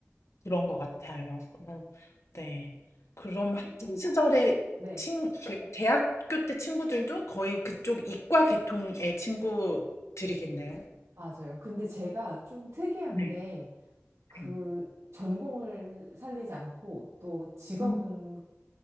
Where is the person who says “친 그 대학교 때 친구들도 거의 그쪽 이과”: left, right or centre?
Left